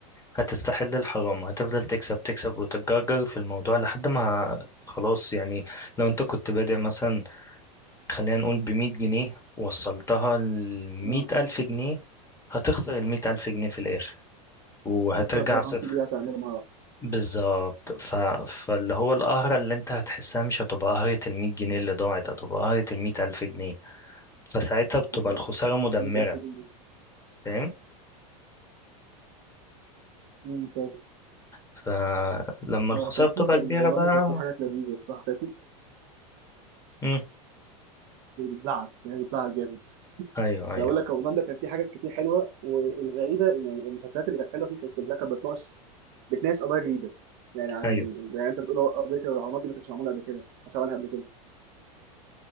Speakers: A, on the left; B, on the right.
A: هتستحل الحرام هتفضل تكسب تكسب وتتجرجر في الموضوع لحد ما خلاص يعني لو أنت كنت بادئ مثلا خلينا نقول بمية جنيه وصلتها لمية
B: اه
A: ألف جنيه هتخسر المية ألف جنيه في الآخر وهترجع
B: تخسر فرهان
A: صفر
B: دي هتعمله مره واحدة.
A: بالظبط ف... فاللي هو القهرة اللي أنت هتحسها مش هتبقى قهرة المية جنيه اللي ضاعت هتبقى قهرة المية ألف جنيه فساعتها بتبقى
B: كده
A: الخسارة مدمرة
B: 100000 جنيه
A: فاهم
B: امم فاهم
A: فلما الخسارة
B: هو كان
A: بتبقى
B: في كان
A: كبيرة
B: هولندا
A: بقى
B: كان في حاجات لذيذه الصراحه كانت
A: مم.
B: في بتزعل يعني بتزعل جامد
A: أيوه أيوه
B: انا بقول لك هولندا كان في حاجات كتير حلوه والغريبه ان يعني المسلسلات اللي كانت حلوه فيه كانت كلها كانت بتناقش بتناقش قضايا جديده يعني يعني
A: أيوه
B: زي انت بتقول هو قضيه الرهانات دي ما كانتش معموله قبل كده مش عملها قبل كده